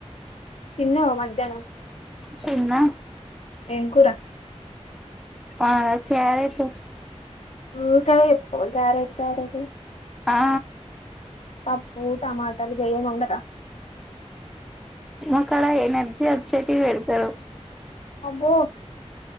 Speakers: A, on the left; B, in the centre.
A: తిన్నావా మధ్యాహ్నం
B: తిన్న
A: ఏం కూర
B: అ కర్రేట్
A: ఊరకనే చెప్తావ్ కార్రోట్ కార్రోట్
B: ఆ
A: పప్పు టమాటలు గేం ఉండడా
B: మక్కడ ఎనర్జీ అర్చ్చకి పేడతారు
A: అబ్బో